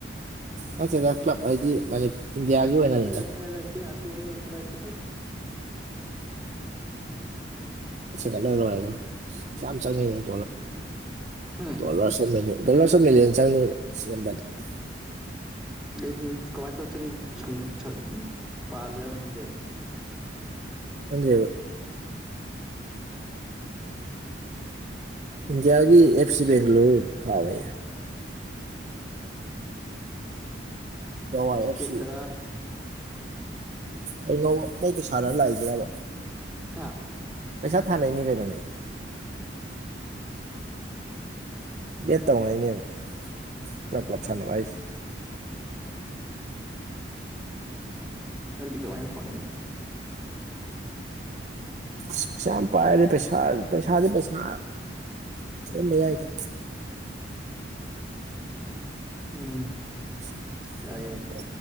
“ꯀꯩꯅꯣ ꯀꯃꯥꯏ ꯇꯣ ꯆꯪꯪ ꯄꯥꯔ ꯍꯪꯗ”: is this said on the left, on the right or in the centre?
Centre